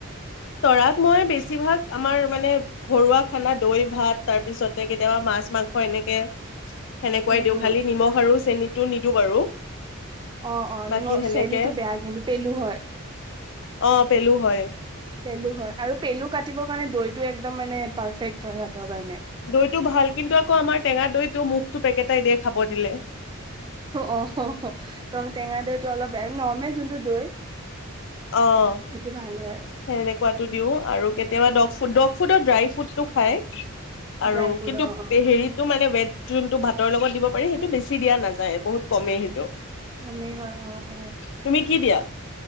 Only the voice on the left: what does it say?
তৰাক মই বেছিভাগ আমাৰ মানে ঘৰুৱা খানা দৈ ভাত তাৰপিছতে কেতিয়াবা মাছ মাংস এনেকে সেনেকুৱাই
দিওঁ
খালি নিমখ আৰু চেনতটো নিদো বাৰু
বাকী
সেনেকে
অ পেলু হয়
দৈটো ভাল কিন্তু আকৌ আমাৰ টেঙা দৈটো মুখটো পেকেটাই দিয়ে খাব দিলে
আহ
সেনেকুৱাতো দিও আৰু কেতিয়াবা দগ ফুডক ফুডৰ ড্ৰাই ফ্ৰুটটো খায় আৰু
কিন্তু
হেৰিতটো মানে ৱে যোনটো ভাতৰ লগত দিব পাৰি সেইটো বেছি দিয়া নাযায় বহুত কমেই সেইটো
তুমি কি দিয়া